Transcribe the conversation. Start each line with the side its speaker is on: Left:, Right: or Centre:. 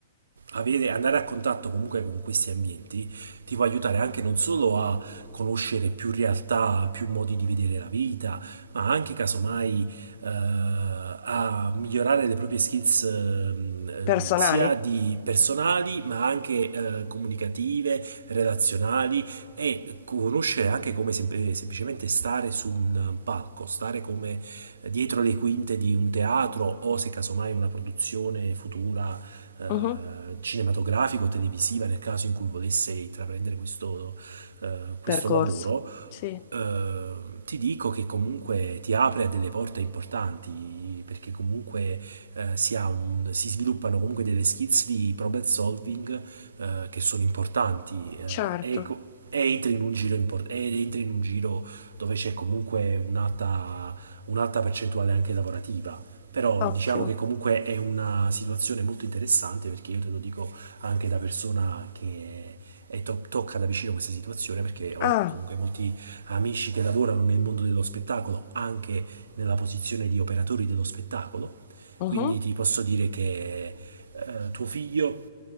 Right: avere- andare a contatto comunque con questi ambienti ti può aiutare anche non solo a conoscere più realtà, più modi di vedere la vita, ma anche casomai eh, a migliorare le proprie skills ehm, ehm,
Left: Personali?
Right: sia di personali, ma anche eh, comunicative, relazionali e conoscere anche come sem- semplicemente stare su un eh, palco, stare come eh, dietro le quinte di un teatro o se casomai una produzione futura eh,
Left: Mhm.
Right: cinematografica o televisiva nel caso in cui volesse intraprendere questo, eh, questo
Left: Percorso.
Right: lavoro
Left: Sì,
Right: eh, ti dico che comunque ti apre a delle porte importanti, perché comunque eh, si, ha un- si sviluppano comunque delle skills di problem solving eh, che sono importanti eh,
Left: certo,
Right: e, co- e entri in un giro impor- e entri in un giro dove c'è comunque un'alta, un'alta percentuale anche lavorativa. Però
Left: ottimo.
Right: diciamo che comunque è una situazione molto interessante perché io te lo dico anche da persona che è to- tocca da vicino questa situazione perché ho
Left: Ah,
Right: comunque molti amici che lavorano nel mondo dello spettacolo, anche nella posizione di operatori dello spettacolo.
Left: mhm.
Right: Quindi ti posso dire che eh, tuo figlio,